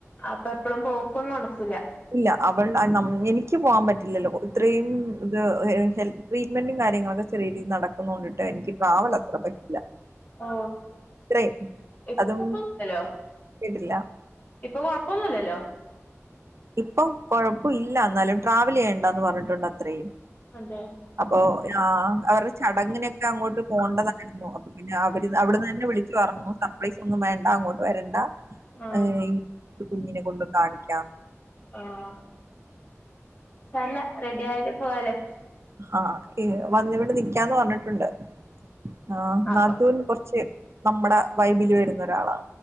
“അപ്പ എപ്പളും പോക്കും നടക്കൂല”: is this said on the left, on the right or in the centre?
Left